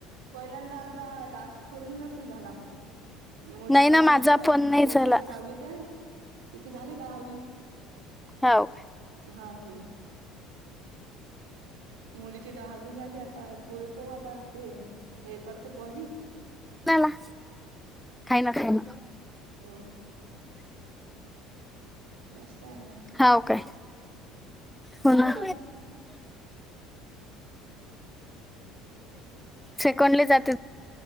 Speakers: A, on the right; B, in the centre.
A: पहिल्यांदा आमचा हा टास्क पर्ण झाला मुलं
B: नाही ना
A: हो
B: माझा पण नाही
A: मुलगी
B: झाला
A: आता दहावीत आहे तिथे झाली दहावी
B: हव
A: होा ना मुलीची दहावी झाली आता पुढे पाहू आता ते हे करते पाली
B: कोणाला खाय ना खाय ना
A: हम्म अस सं
B: जा काय हो ना
A: तुम्हाला
B: शिकोणले जाते